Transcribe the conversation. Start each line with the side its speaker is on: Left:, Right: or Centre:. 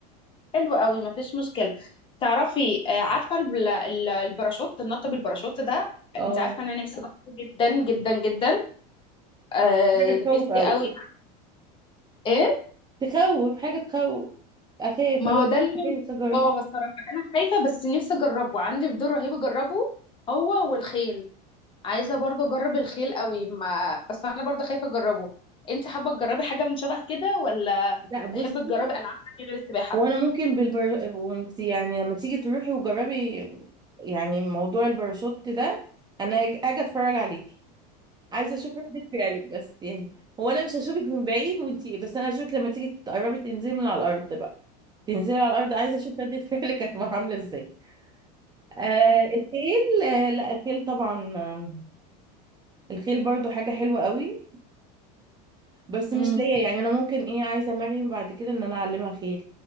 Left: حلو قوي ما فيش مشكله تعرفي آه، عارفه الب- ال- الباراشوت النط بالباراشوت ده
Right: اه
Left: انت عارفه ان انا نفسي اجربه جدا جدا جدا آه
Right: حاجة تخوف
Left: نفسي
Right: قوي
Left: قوي ايه
Right: تخوف حاجة تخوف أخاف
Left: ما
Right: أنا
Left: هو ده اللي
Right: عايزة أجرب
Left: اه الصراحه انا خايفه بس نفسي اجربه عندي فضول رهيب اجربه هو والخيل عايزه برضه اجرب الخيل قوي ما بس انا برضه خايفه اجربه انت حابه تجربي حاجه من شبه كده ولا
Right: لا بصي
Left: تحبي تجربي العاب تانية غير السباحه
Right: هو أنا ممكن بالبر وأنت يعني لما تيجي تروحي وجربي يعني موضوع الباراشوت ده أنا أجي أتفرج عليكي عايزة أشوف ردة فعلك بس يعني هو أنا مش هشوفك من بعيد وأنت بس أنا هشوفك لما تيجي تقربي تنزلي من على الأرض بقى تنزلي على الأرض عايزة أشوف ردة <laughs> فعلك هتبقى عاملة إزاي آه الخيل آه لا الخيل طبعا آه الخيل برضو حاجة حلوة قوي بس
Left: امم
Right: مش ليا يعني انا ممكن ايه عايزه مريم بعد كده ان انا اعلمها خيل